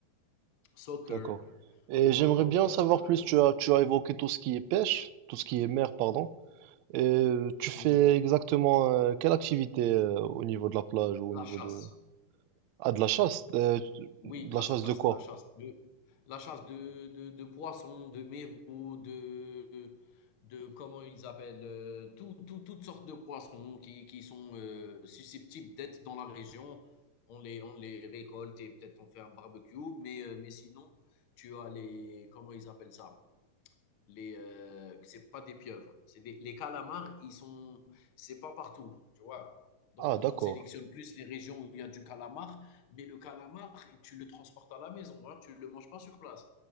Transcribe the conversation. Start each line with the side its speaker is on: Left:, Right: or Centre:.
Left: soccer,
Right: D'accord. Et
Left: ou
Right: j'aimerais
Left: alors,
Right: bien
Left: euh,
Right: en savoir plus. Tu as, tu as évoqué tout ce qui est pêche, tout ce qui est mer, pardon. Et euh, tu fais
Left: oui,
Right: exactement euh, quelle activité euh, au niveau de la plage ou au
Left: la
Right: niveau
Left: chasse.
Right: de... Ah, de la chasse. euh,
Left: Oui,
Right: de
Left: de
Right: la
Left: la
Right: chasse
Left: chasse,
Right: de quoi?
Left: de la chasse, de, la chasse de, de, de poissons, de mérous, de, de comment ils appellent, euh, tout, tout- toutes sortes de poissons qui, qui sont euh, susceptibles d'être dans la région. On les, on les récolte et peut-être on fait un barbecue, mais, euh, mais sinon, tu as les, comment ils appellent ça? les euh, c'est pas des pieuvres. C'est des- les calamars, ils sont, c'est pas partout, tu vois. Donc
Right: Ah,
Left: on
Right: d'accord.
Left: sélectionne plus les régions où il y a du calamar, mais le calamar, tu le transportes à la maison, hein, tu le manges pas sur place,